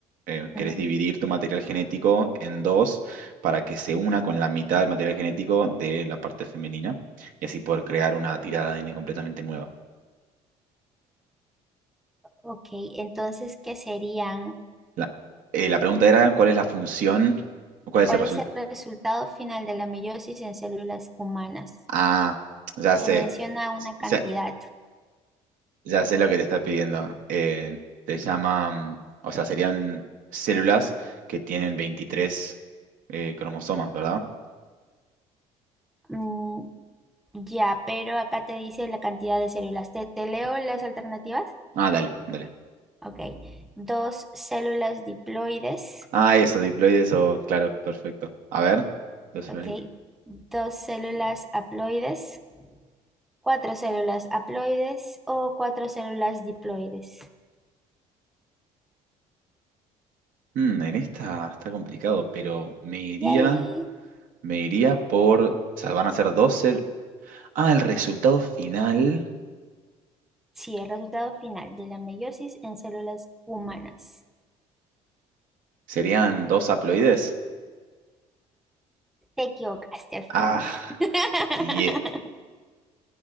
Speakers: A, on the right; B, in the centre.
A: eh,
B: Ujú.
A: querés dividir tu material genético en dos para que se una con la mitad del material genético de la parte femenina y así poder crear una tirada de ADN completamente nueva.
B: Ok, entonces, ¿qué serían?
A: La, eh, la pregunta era, ¿cuál es la función? ¿Cuál
B: ¿Cuál
A: es el resultado?
B: es el resultado final de la meiosis en células humanas?
A: Ah, ya sé.
B: Te menciona una cantidad.
A: Ya, ya sé lo que te está pidiendo. Eh, te llama, mm, o sea, serían células que tienen 23 eh, cromosomas, ¿verdad?
B: Mm, ya, pero acá te dice la cantidad de células. ¿Te, te leo las alternativas?
A: Ah, dale, dale.
B: Ok. Dos células diploides.
A: Ah, eso, diploides o... Claro, perfecto. A ver. Dos células
B: Ok.
A: diplo-
B: Dos células haploides. Cuatro células haploides o cuatro células diploides.
A: Mm, en esta está complicado, pero me iría,
B: Yay.
A: me iría por... O sea, van a ser dos... cel- Ah, el resultado final
B: Sí, el resultado final de la meiosis en células humanas.
A: serían dos haploides.
B: Te equivocaste al fin.
A: Ah,
B: <laughs>
A: yeah.